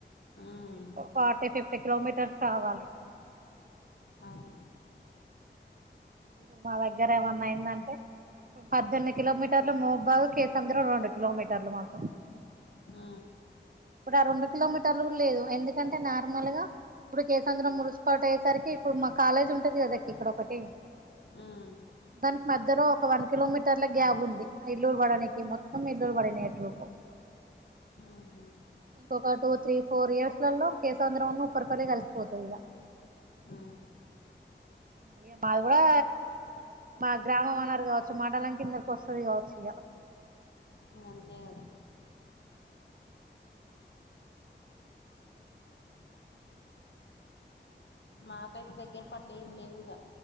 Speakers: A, on the left; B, on the right.
A: ఉమ్,
B: ఫార్టీ ఫిఫ్టీ కిలోమీటర్స్ రావాలి
A: అవును
B: ఇప్పుడు మా దగ్గర ఏమన్నా అయిందంటే పద్దెనిమిది కిలోమీటర్లు మోబ కేసంద్రం రెండు కిలోమీటర్లు మాకు
A: ఆ
B: ఇప్పుడు ఆ రెండు కిలోమీటర్లు కూడ లేదు ఎందుకంటే నార్మల్ గా ఇప్పుడు కేసాంద్రం మురు పాట్ అయ్యేసరికి ఇప్పుడు మా కాలేజ్ ఉంటది కదా ఇక్కడ ఒకటి
A: ఉమ్,
B: దనికి మధ్యలో ఒక వన్ కిలోమీటర్ల గ్యాబ్ ఉంది ఆ ఇల్లురు పడనికి మొత్తం ఇల్లూరు పడి నేట్వర్కు
A: ఆహా
B: ఇంకొక టూ త్రీ ఫోర్ ఇయర్స్ లలో కేేశంంద్రం ఉప్పరపల్లి కలిసిపోతుంది ఇక
A: ఆ
B: ఏయ మాది కూడా మా గ్రామం అన్నారు కావచ్చు మండలాం కిందకి వస్తది కావచ్చు ఇగ
A: ఇగ అంతే కదా మాకైతే దగ్గర పట్లు ఏమి లేవుగా